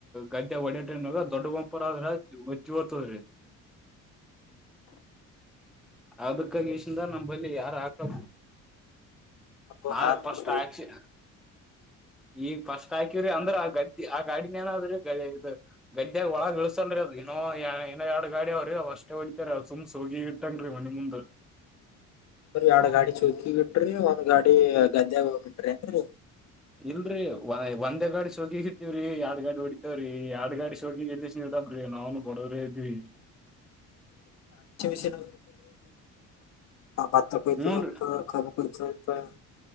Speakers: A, in the centre; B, on the left (about 55°).
A: ಗದ್ದ ಮ ಒಡ ಟ್ರನ್ಗ ದೊಡ್ಡ ಬಂಪರ್ ಆದ್ರ ಜತದ್ರಿೀ ಅದಕ್ಕಾಗಿಷಿಂದ ನಮ್ಮ ಬಲ್ಲಿ ಯಾರ ಹಾಕ
B: ಅವು
A: ನಾವೇ
B: ಹಾಕ್ರಿ
A: ಕಷ್ಟ ಆಯಚು ಈಗ ಫಸ್ಟ್ ಹಾಕವ್ರಿ ಅಂದ್ರ ಆ ಗದ್ದೆ ಆ ಗಾಡಿನ ಏನದ್ರೀ ಗ ಇದ್ ಗದ್ದ್ಯಾಗ ಒಳಗ ಇಳಸತನ್್ರಿ ಅದ ಇನ್ನೋ ಇಏೋ ಎರಡು ಗಾಡಿ ಅವ್ರರು ಅವ್ ಅಷ್ಟೇ ಹೊಡಿತತಾರೆ ಅವ ಸುಮ್ ಸೋಗಿ ಇಟ್ಟನ್ರಿ ಮನಿ ಮುಂದ
B: ಬ ಅವ ಗಾಡಿ ಚೌಕಿ ಬಿಡ್ರಿ ಒಂದ್ ಗಾಡಿ ಗದ್ದೆಾಗ ಹೋಗ್ಬ ಬಿಟ್ರಿ ಏನ್ರಿ
A: ಇಲ್ರರಿ ಒಂದೇ ಗಾಡಿ ಸೋಗಿ ಇತೇವ್ರಿ ಎರಡ್ ಗಾಡಿ ಹೊಡಿತೇವ್ರೀ ಎರಡ್ ಗಾಡಿ ಸೋಗಿ ಇಲ್ಲ ಬ್ರಿ ನಾವನು ಬಡೋದ್ರೇ ಇದ್ವಿ
B: ಮಿಸಿಿನ ಭತ ಕೊ
A: ಹ್ಮನ್
B: ಹತ್ತ ಅತಾ